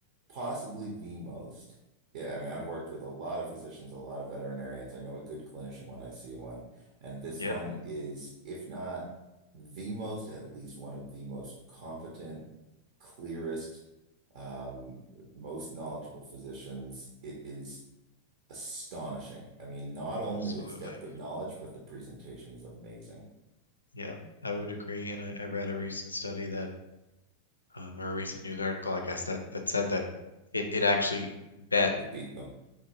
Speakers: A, on the right; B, on the left.
A: possibly the most. Yeah, I mean, I've worked with a lot of physicians, a lot of veterinarians. I know a good clinician when I see one, and this
B: Yep,
A: one is, if not the most, at least one of the most competent, clearest, um, most knowledgeable physicians. It is astonishing. I mean, not only
B: absolutely.
A: its depth of knowledge, but the presentation is amazing.
B: Yep, I would agree. And I, I read a recent study that, um, or a recent news article, I guess, that that said that it, it actually
A: It,
B: bet
A: it beat them.